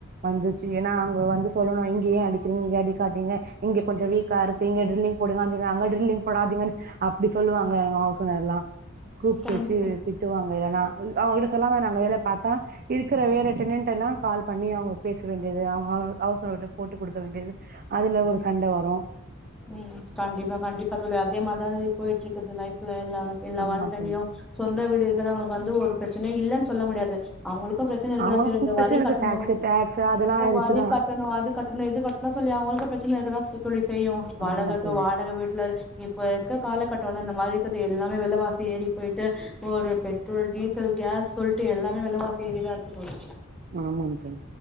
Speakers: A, on the right; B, in the centre.
A: வந்துச்சு ஏன்னா அவங்க வந்து சொல்லணும் இங்க ஏன் அடிக்கிறீங்க இங்க அடிக் காதீங்க இங்க கொஞ்சம் வீக்கா இருக்கு இங்க டிரில்லிங் அங்க இங்க அங்க ட்ரில்லிங் போடாதிங்க அப்டி சொல்லுவாங்க எங்க ஹவுஸ் ஓணர்லாம் கூப்டு
B: கண்டிப்பா
A: வச்சி திட்டுவாங்க இல்லன்னா அவுங்கட்ட சொல்லமா நாங்க வேல பாத்தா இருக்குற <unintelligible> ல்லாம் கால் பண்ணி அவங்க பேச வேண்டியது அவங்கசர்கிட்ட போட்டு கொடுக்க வேண்டியது அதுல ஒரு சண்டை வரும்
B: உம் கண்டிப்பா கண்டிப்பா தோழி அதே மாதான் போயிட்டு இருக்குது லைஃப் எல்லா எல்லா
A: ஆமா
B: வாழ்க்கையையும்
A: தோழி
B: சொந்த வீடு அவங்களுக்கு வந்து ஒரு பிரச்சனை இல்லைன்னு சொல்ல முடியாது அவங்களுக்கு பிரச்சனை இருக்கத
A: அவங்கள
B: செய்யும்
A: கூப்ட்டாச்சு
B: இந்த வரி
A: எனக்கு
B: கட்டணும்
A: டாக்ஸு டாக்ஸு அதெல்லா இருக்குதா
B: வரி கட்டணும் அது கட்டணும் இது கட்டணும் சொல்லி அவங்களுக்கும் பிரச்சனை இருக்கதான் தோழி செய்யும் வாடகத்து
A: ஆமா தோழி
B: வாடகை வீட்டுல இப்ப இருக்க கால கட்ட வந்து அந்த மாதிரி இருக்குது எல்லாமே விலவாசி ஏறி போயிட்டு ஒரு பெட்ரோல் டீசல் கேஸ் சொல்லிட்டு எல்லாமே விலைவாசி ஏறிதான் இருக்கு தோழி
A: ஆமாங்க தோழி